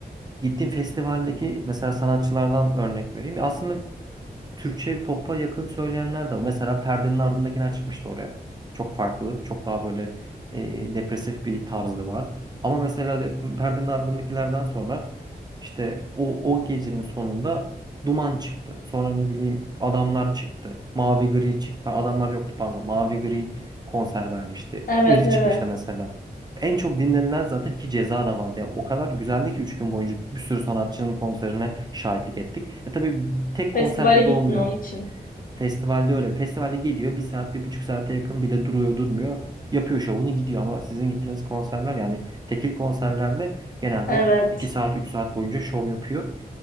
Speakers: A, on the right (about 25°); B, on the left (about 55°).
A: Gittiğim festivaldeki mesela sanatçılardan örnek vereyim. Aslında Türkçe pop'a yakın söyleyenler de var. Mesela Perdenin Ardındakiler çıkmıştı oraya. Çok farklı, çok daha böyle e, depresif bir tarzı var. Ama mesela de, Perdenin Ardındakilerden sonra işte o, o gecenin sonunda Duman çıktı. Sonra ne bileyim Adamlar çıktı. Mavi Gri çıktı. Adamlar yoktu pardon. Mavi Gri konser vermişti.
B: Evet
A: Uzi
B: evet.
A: çıkmıştı mesela. En çok dinlenilen zaten ki Ceza da vardı. Yani o kadar güzeldi ki 3 gün boyunca bir sürü sanatçının konserine şahitlik ettik. E tabii tek
B: Festivale
A: konser gibi
B: gittin
A: olmuyor.
B: onun için.
A: Festivalde öyle. Festivalde geliyor bir saat bir buçuk saate yakın bile duruyor durmuyor. Yapıyor şovunu gidiyor ama sizin gittiğiniz konserler yani tekil konserlerde genelde
B: Evet.
A: 2 saat 3 saat boyunca şov yapıyor.